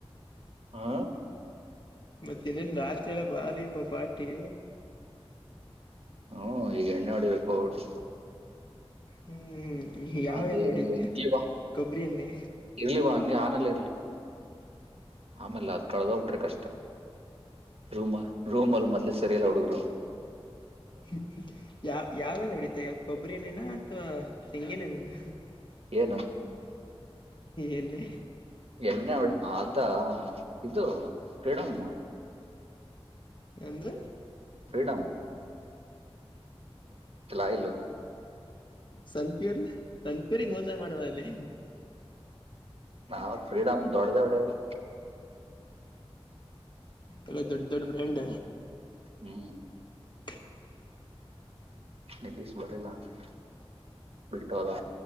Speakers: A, on the right (about 70°); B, on the left (about 50°).
A: ಹಾ.
B: ಮತ್ತೆ ಇನ್ನೇನ್ ರಾತ್ರಿ ಎಲ್ಲ ಬಾರಿ ಅಬ ಪಾರ್ಟಿ.
A: ಹ್ಮ್ ಈಗ ಎಣ್ಣೆ ಹೊಡಿಬೇಕು ಹೋಗ್ಬಿಟ್ಟು.
B: ಹ್ಮ್ ಯಾವ
A: ಅದು
B: ಎಣ್ಣೆ ಹೊಡೀತಿಯಾ
A: ಇರ್ಲಿವಾ
B: ಕೊಬ್ಬರಿ ಎಣ್ಣೆ.
A: ಇರ್ಲಿವಾ <unintelligible> ಇರ್ಲಿ. ಆಮೇಲ್ ಅದು ಕಳ್ದು ಹೋಗ್ಬಿಟ್ರೆ ಕಷ್ಟ. ರೂಮಾ ರೂಮ್ ಅಲ್ ಮೊದ್ಲೆೇ ಸರಿಯಿಲ್ಲ ಹುಡುಗ್ರು.
B: ಹ್ಮ್ ಯಾ ಯಾವೇ ನಡತ ಕೊಬ್ಬರಿನನಾ ಅಥವಾ ತೆಂಗಿನ ಎಣ್ಣಿನ.
A: ಏನು.
B: ಎಣ್ಣಿ.
A: ಎಣ್ಣೆ ಒಳ್ಳ ಅ ಇದು ಫ್ರೀಡಂ.
B: ಏನಂದಿ.
A: ಫ್ರೀಡಂ. ಆಯಿಲ್
B: ಸಂಪ್ಯೂರ್ ಸಂಪೂರ್ ಮೋಸ ಮಾಡುವ ಅಲ್ಲಿ.
A: ನಾವು ಫ್ರೀಡಮ್ ದೊಡ್ಡದ ಒಡದು.
B: ಎಲ್ಲಾ ದೊಡ್ ದೊಡ್ಡ ಬ್ರ್ಯಾಂಡ.
A: ಹ್ಮ್.
B: <inaudible>
A: ನಿತೀಶ್ ಬರಿಲ್ಲ ಅ ಬಿಟ್ಟಲ್ಲ